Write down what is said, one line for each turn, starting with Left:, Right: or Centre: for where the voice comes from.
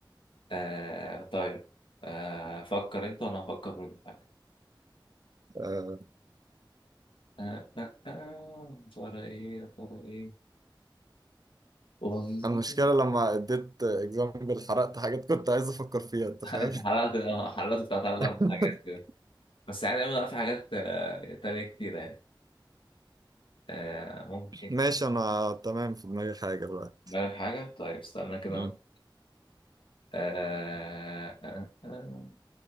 Left: آه... طيب آه... فكر انت وانا هفكر برضه في حاجه
Right: آه
Left: آه... آه... آه، يا ترى ايه يا ترى ايه والله
Right: أنا المشكله
Left: <laughs>
Right: لما اديت اكزامبل حرقت حاجات كنت عايز افكر فيها انت فاهم
Left: انت حرقت حرقت بتاع ثلاث
Right: <laughs>
Left: اربع حاجات كده بس يعني أنا في حاجات آه، تانية كتير يعني آه... ممكن
Right: ماشي انا تمام في دماغي حاجه دلوقتي
Left: بالك حاجه طيب استنى كده
Right: مم.
Left: انا آه آه آه